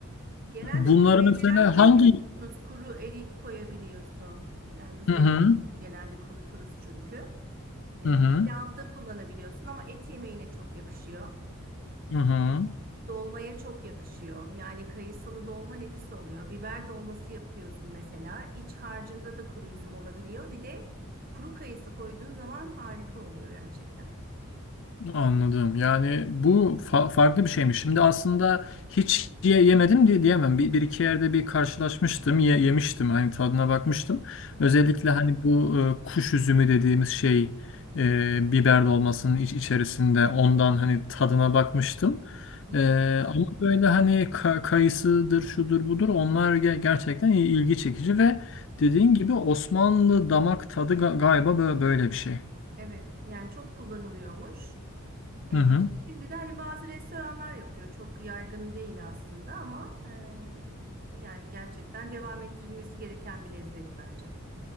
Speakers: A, on the right; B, on the left.
A: genelde
B: Bunları
A: kuru meyveler
B: mesela
A: koyabiliyorsunuz.
B: hangi
A: Kuru erik koyabiliyorsun. Yani biz
B: Hı
A: de
B: hı.
A: genelde kuruturuz çünkü. E,
B: Hı hı.
A: pilavda kullanabiliyorsun ama et yemeğine çok yakışıyor.
B: Hı hı.
A: Dolmaya çok yakışıyor. Yani kayısılı dolma nefis oluyor. Biber dolması yapıyorsun mesela. İç harcında da kuru üzüm olabiliyor. Bir de kuru kayısı koyduğun zaman harika oluyor gerçekten.
B: Anladım. Yani bu fa- farklı bir şeymiş. Şimdi aslında hiç ye- yemedim diye diyemem. Bir, bir iki yerde bir karşılaşmıştım, ye- yemiştim. Hani tadına bakmıştım.
A: Hı hı.
B: Özellikle hani bu e, kuş üzümü dediğimiz şey e, biber dolmasının iç içerisinde ondan hani tadına bakmıştım.
A: Hı hı.
B: E, ama böyle hani ka- kayısıdır, şudur budur onlar ge- gerçekten il- ilgi çekici ve dediğin gibi Osmanlı damak tadı ga- galiba bö- böyle bir şey.
A: Evet, yani çok kullanılıyormuş. Ee,
B: Hı hı.
A: şimdi de hani bazı restoranlar yapıyor. Çok yaygın değil aslında ama e, yani gerçekten devam ettirilmesi gereken bir lezzet bence.